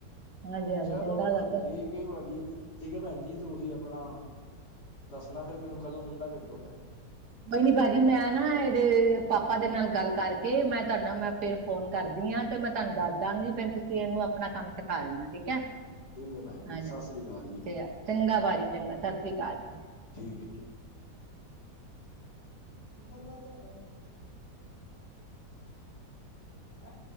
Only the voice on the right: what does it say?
ਹਾਂਜੀ ਹਾਂਜੀ
ਚੰਗਾ ਲੱਗਦਾ
ਬਈ ਨੀ ਭਾਜੀ ਮੈਂ ਨਾ ਇਹਦੇ ਪਾਪਾ ਦੇ ਨਾਲ ਗੱਲ ਕਰਕੇ ਮੈਂ ਤੁਹਾਡਾ ਮੈਂ ਫਿਰ ਫੋਨ ਕਰਦੀ ਆ ਤੇ ਮੈਂ ਤੁਹਾਨੂੰ ਦੱਸ ਦਵਾਂਗੀ ਫਿਰ ਤੁਸੀਂ ਇਹਨੂੰ ਆਪਣਾ ਕੰਮ ਸਿਖਾ ਦੇਣਾ ਠੀਕ ਹੈ।
ਹਾਂਜੀ
ਠੀਕ ਚੰਗਾ ਭਾਜੀ ਚੰਗਾ ਸਤਿ ਸ੍ਰੀ ਅਕਾਲ ਜੀ।